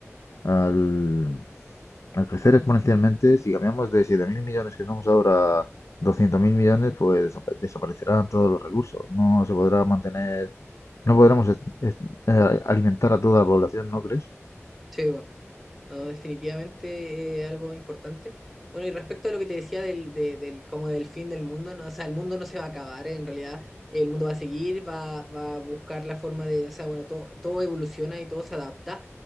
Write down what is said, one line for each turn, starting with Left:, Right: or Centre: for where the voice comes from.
Left: al, al crecer exponencialmente, si cambiamos de 7.000 millones que somos ahora a 200.000 millones, pues desaparecerán todos los recursos. No se podrá mantener, no podremos es- es- eh, alimentar a toda la población, ¿no crees?
Centre: Sí, bueno. No, definitivamente eh, algo importante. Bueno, y respecto a lo que te decía del, de- del, como del fin del mundo, no, o sea, el mundo no se va a acabar, en realidad el mundo va a seguir, va, va a buscar la forma de, o sea, bueno, todo, todo evoluciona y todo se adapta,